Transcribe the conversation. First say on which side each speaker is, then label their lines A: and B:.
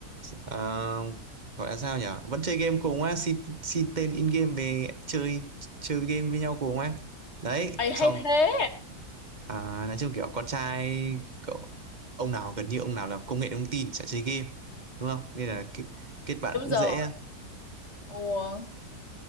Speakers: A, on the right; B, on the left.
A: Ờ, gọi là sao nhỉ vẫn chơi game cùng á xin xin tên in game về chơi chơi game với nhau cùng á đấy
B: Ê, hay
A: xong
B: thế
A: À, nói chung kiểu con trai cậu ông nào gần như ông nào làm công nghệ thông tin chả chơi game đúng không nên là kết, kết bạn
B: đúng
A: cũng
B: rồi
A: dễ
B: Ủa,